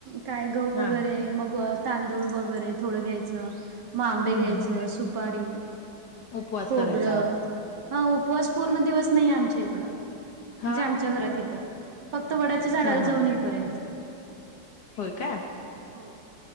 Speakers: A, on the right (about 55°); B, on the left (about 55°).
A: काय घह वगैरे
B: हा
A: मगत तांदूळ वगैरे थोडं घ्यायचं म आंबे
B: हम्म
A: घ्यायचं सुपारी
B: उपवास
A: खोबरं,
B: करायचा
A: हा उपवास पूर्ण दिवस नाहीे आमच्या इकडं- म्हणजे
B: हा
A: आमच्या घरात इथं फक्त वडाच्या झाडाला
B: हा
A: जाऊन
B: हा
A: येईपर्यंत.
B: होय का?
A: हो